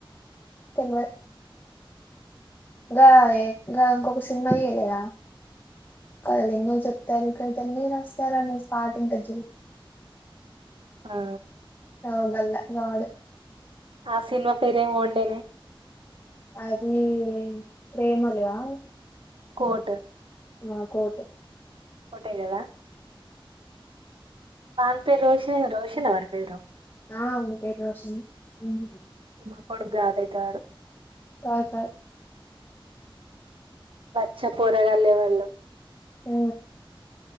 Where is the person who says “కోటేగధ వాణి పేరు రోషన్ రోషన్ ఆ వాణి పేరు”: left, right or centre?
Right